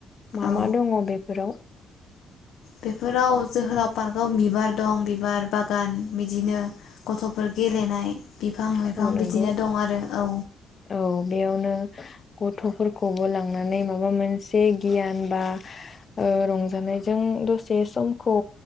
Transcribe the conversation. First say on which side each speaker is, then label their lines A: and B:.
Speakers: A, on the left; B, on the left.
A: मा
B: औ
A: मा दङ बेफोराव
B: बेफोराव जोहोलाव पार्कआव बिबार दं बिबार बागान बिदिनो गथफोर गेलेनाय बिफां लाइफां
A: औ नंगौ
B: बिदिनो दं आरो औ
A: औ बेयावनो गथफोरखौबो लांनानै माबा मोनसे गियान बा ओ रंजानायजों दसे समखौ